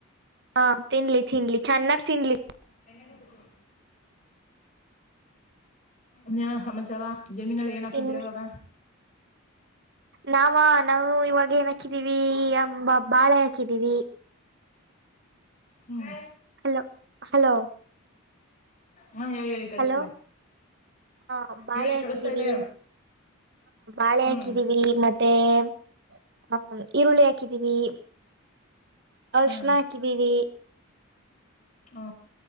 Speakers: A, on the right (about 50°); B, on the left (about 35°).
A: ಹಾ ತಿನ್ಲಿ ತಿನ್ಲಿ ಚೆನ್ನಾಗ ತಿನ್ಲಿ
B: ಮನಾಲ ಕೊತ ನ್ಯ ಸಮಾಚಾರ ಜಮೀನಲ್ಲಿ ಏನ್ ಹಾಕಿದ್ರೆ
A: ಇನ್
B: ಇವಾಗ
A: ನಾವ ನಾವು ಇವಾಗ ಏನ್ ಹಾಕಿದೀವಿ ಅಂಬ ಬಾಳೆ ಹಾಕಿದೀವಿ
B: ಹ್ಮ್
A: ಹಲೋ ಹಲೋ
B: ಹಾ ಹೇಳಿ ಹೇಳಿ ಕೇಳಿಸ್ತಿದೆ
A: ಹಲೋ ಹ ಬಾಳೆ
B: ಹೇಳಿ
A: ಹಾಕಿದ್ದೀವಿ
B: ಕೇಳಿಸ್ತಾ ಇದೆ
A: ಬಾಳೆ
B: ಹ್ಮ್
A: ಹಾಕಿದೀವಿ ಮತ್ತೆ ಮತ್ತೆ ಅಹ ಈರುಳ್ಳಿ ಹಾಕಿದೀವಿ ಅರಿಶ್ಣ
B: ಹ್ಮ್
A: ಹಾಕಿದೀವಿ
B: ಹ್ಮ